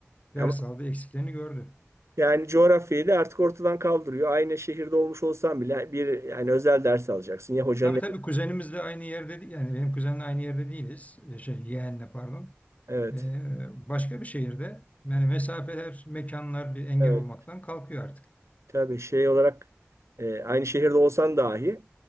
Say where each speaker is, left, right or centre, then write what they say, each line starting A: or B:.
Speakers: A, on the left; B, on the right.
A: ders
B: Ama
A: aldı eksiklerini gördü.
B: yani coğrafyayı da artık ortadan kaldırıyor. Aynı şehirde olmuş olsan bile bir yani özel ders alacaksın. Ya hocanın
A: Tabii
B: evi-
A: tabii kuzenimiz de aynı yerde değil. Yani benim kuzenle aynı yerde değiliz. E, Şey, yeğenle pardon.
B: evet.
A: E, başka bir şehirde. Yani mesafeler, mekanlar bir engel
B: Evet.
A: olmaktan kalkıyor artık.
B: Tabii şey olarak e, aynı şehirde olsan dahi